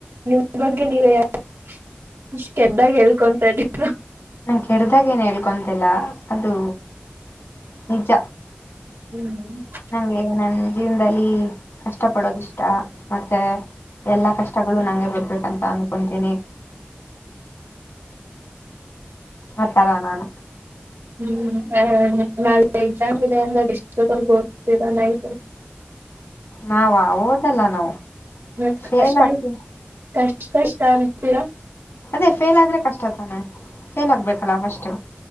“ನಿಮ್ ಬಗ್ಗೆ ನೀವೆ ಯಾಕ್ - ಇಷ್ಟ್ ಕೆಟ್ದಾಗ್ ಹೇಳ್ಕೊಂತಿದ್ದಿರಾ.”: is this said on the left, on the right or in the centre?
Right